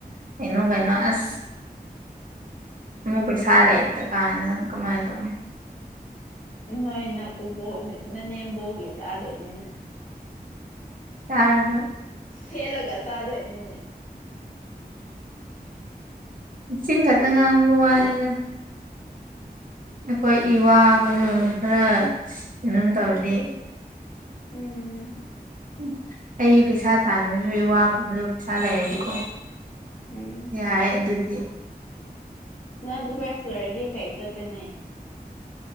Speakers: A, on the right; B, on the left.
A: ꯀꯩꯅꯣ ꯀꯩꯅꯣ ꯑꯁ ꯑꯃꯨꯛ ꯐ ꯁ ꯂꯥꯏꯗ ꯀꯗ ꯀꯃꯥꯏꯗ
B: ꯅꯣꯏ ꯅꯥꯀꯨꯞꯕꯣꯛ ꯅꯅꯦꯝꯕꯣꯛꯒꯤ ꯆꯥꯗꯣꯏꯅꯤꯅꯦ
A: ꯆꯔꯁꯨꯣ
B: ꯁꯦꯂꯒ ꯆꯗꯣꯏꯅꯤꯦ
A: ꯎ ꯆꯤꯡ ꯈꯛꯇ
B: ꯎꯝ
A: ꯉꯥꯡꯕ ꯋꯥꯅꯤꯅ ꯑꯩꯈꯣꯏ ꯏ ꯋꯥ ꯑꯣꯏꯣꯏꯔꯣ ꯈꯔ ꯀꯩꯅꯣꯝ ꯇꯧꯔꯗꯤ
B: ꯎꯝ
A: ꯎ ꯑꯩ ꯄꯩꯁꯥ ꯆꯥꯗ꯭ꯔꯁꯨ ꯏ ꯋꯥ ꯈꯨꯨꯝꯕꯁꯨ ꯄꯩꯁꯥ ꯂꯩꯔꯗꯤꯀꯣ
B: ꯎꯝ
A: ꯌꯥꯏ ꯑꯗꯨꯗꯤ
B: ꯅꯪ ꯇꯄꯥ ꯐ꯭ꯂꯔꯗꯤ ꯀꯩ ꯇ ꯀꯅꯦ